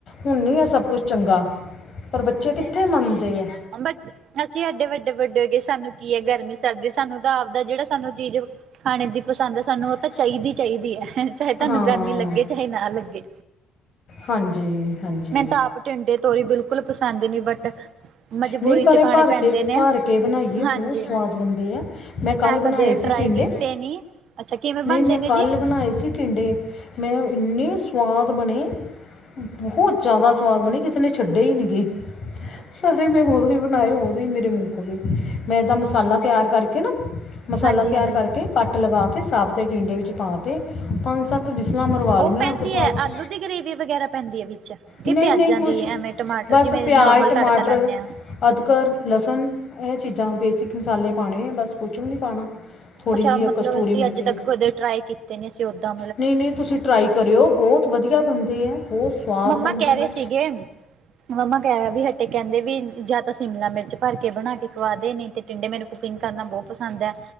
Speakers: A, on the left; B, on the right.
A: ਹੁਣ ਨੀ ਐ ਸਭ ਕੁਛ ਚੰਗਾ, ਪਰ ਬੱਚੇ ਕਿੱਥੇ ਮੰਨਦੇ ਆ।
B: ਬਚ ਅਸੀਂ ਐਡੇ ਵੱਡੇ-ਵੱਡੇ ਹੋ ਗਏ ਸਾਨੂੰ ਕੀ ਹੈ ਗਰਮੀ ਸਰਦੀ ਸਾਨੂੰ ਤਾਂ ਆਪਦਾ ਜਿਹੜਾ ਸਾਨੂੰ ਚੀਜ਼ ਖਾਣੇ ਦੀ ਪਸੰਦ ਸਾਨੂੰ ਓ
A: ਆ
B: ਤਾਂ ਚਾਹੀਦੀ-ਚਾਹੀਦੀ ਆ ਚਾਏ ਤੁਹਾਨੂੰ
A: ਹਾਂ
B: ਗਰਮੀ ਲੱਗੇ ਚਾਏ ਨਾ ਲੱਗੇ।
A: ਹਾਂਜੀ-ਹਾਂਜੀ।
B: ਮੈਨੂੰ ਤਾਂ ਆਪ ਟਿੰਡੇ, ਤੋਰੀ ਬਿਲਕੁਲ ਪਸੰਦ ਨੀ ਬਟ ਮਜਬੂਰੀ
A: ਨਈ ਪਰ
B: ਚ
A: ਏ
B: ਖਾਣੇ
A: ਭਰ
B: ਪੈਂਦੇ
A: ਕੇ, ਭਰ ਕੇ
B: ਨੇ
A: ਭਰ ਕੇ ਬਣਾਈਏ
B: ਹਾਂਜੀ
A: ਬਹੁਤ ਸਵਾਦ ਬਣਦੇ ਆ। ਮੈਂ ਕੱਲ੍ਹ ਬਣਾਏ
B: ਕਦੇ
A: ਸੀ
B: ਟਰਾਈ
A: ਟੀਂਡੇ
B: ਕੀਤੇ ਨੀ ਅੱਛਾ ਕਿਵੇਂ ਬਣਦੇ
A: ਨਈ ਮੈਂ
B: ਨੇ
A: ਕੱਲ
B: ਜੀ
A: ਬਣਾਏ ਸੀ। ਟੀਂਡੇ 'ਮੈਂ ਇੰਨੇ ਸਵਾਦ ਬਣੇ। ਬਹੁਤ ਜਾ਼ਦਾ ਸਵਾਦ ਬਣੀ ਕਿਸੇ ਨੇ ਛੱਡੇ ਈ ਨੀ ਗੇ। ਸਾਰੇ ਮੈਂ ਉਦੋਂ ਹੀ ਬਣਾਏ ਉਦੋਂ ਈ ਮੇਰੇ ਮੂੰਕ ਗਏ। ਮੈਂ ਤਾ ਮਸਾਲਾ ਤਿਆਰ ਕਰਕੇ ਨਾ ਮਸਾਲਾ
B: ਹਾਂਜੀ
A: ਤਿਆਰ
B: ਹਾਂਜੀ
A: ਕਰਕੇ ਕੱਟ ਲਗਾ ਕੇ ਸਾਵਤੇ ਡਿੰਡੇ ਵਿੱਚ ਪਾ ਕੇ ਪੰਜ ਸੱਤ ਬੀਸਲਾਂ ਮਰਵਾ
B: ਉਹ
A: ਲਈਆਂ
B: ਪੈਂਦੀ
A: ਤੇ ਬਸ
B: ਹੈ ਆਲੂ ਦੀ ਗਰੇਵੀ ਵਗੈਰਾ ਪੈਂਦੀ ਹੈ ਵਿੱਚ ਕਿ
A: ਨਹੀਂ?
B: ਪਿਆਜ਼ਾਂ ਦੀ ਐਵੇਂ ਟਮਾਟਰ
A: ਬਸ
B: ਜਿਵੇਂ
A: ਪਿਆਜ,
B: ਨੋਰਮਲ
A: ਟਮਾਟਰ
B: ਤੜਕਾ ਲਾਨੇ ਹਾਂ
A: ਅਦਕਰ, ਲਸਨ ਇਹ ਚੀਜ਼ਾਂ ਬੇਸਿਕ ਮਸਾਲੇ ਪਾਣੇ ਆ ਬਸ ਕੁਛ ਵੀ ਨੀ ਪਾਣਾ ਥੋੜ੍ਹੀ
B: ਅੱਛਾ
A: ਜੀ
B: ਮਤਲਬ
A: ਕਸਤੂਰੀ
B: ਅਸੀਂ
A: ਮੇਥੀ
B: ਅੱਜ ਤੱਕ ਕਦੇ ਟਰਾਈ ਕੀਤੇ ਨੇ ਅਸੀ ਓਦਾ
A: ਨਈ-ਨਈ ਤੁਸੀਂ ਟਰਾਈ ਕਰਿਓ ਬੋਤ ਵਧੀਆ ਬਣਦੇ ਐ, ਬਹੁਤ ਸੁਆਦ
B: ਮੰਮਾ
A: ਬਣਦੇ
B: ਕਹਿ ਰਹੇ
A: ਐ।
B: ਸੀਗੇ ਮੰਮਾ ਕਹਿ ਵੀ ਹਟੇ ਕਹਿੰਦੇ ਵੀ ਜਾਂ ਤਾਂ ਸ਼ਿਮਲਾ ਮਿਰਚ ਭਰ ਕੇ ਬਣਾ ਕੇ ਵਾਦੇ ਨੀ ਤੇ ਟਿੰਡੇ ਮੈਨੂੰ ਕੁਕਿੰਗ ਕਰਨਾ ਬੋ ਪਸੰਦ ਆ।